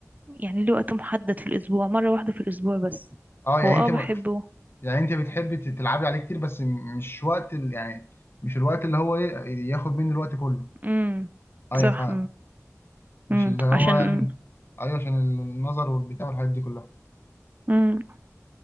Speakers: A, on the right (about 30°); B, on the left (about 45°).
A: يعني ليه وقت محدد في الأسبوع مرة واحدة في الأسبوع بس
B: اه يعني
A: هو
B: انت
A: اه بحبه
B: يعني انت بتحبي ت- تلعبي عليه كتير بس م- مش وقت ال... يعني مش الوقت اللي هو ايه ياخد مني الوقت كله
A: امم
B: ايوه
A: صح
B: فاهم مش
A: امم
B: اللي هو
A: عشان
B: يعني ايوه عشان النظر والبتاع والحاجات دي كلها
A: امم